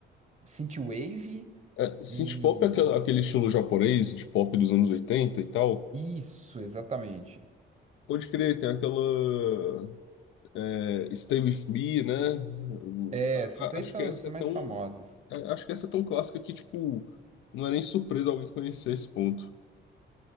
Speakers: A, on the right (about 35°); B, on the left (about 80°).
A: synthwave
B: É, synth
A: e
B: pop é aquela- aquele estilo japonês de pop dos anos 80 e tal.
A: isso, exatamente.
B: Pode crer, tem aquela. é, Stay With Me, né? O-
A: É,
B: a-
A: essas daí
B: a- Acho
A: são
B: que essa
A: as mais
B: é tão,
A: famosas.
B: a- acho que essa é tão clássica que, tipo, não é nem surpresa alguém conhecer esse ponto.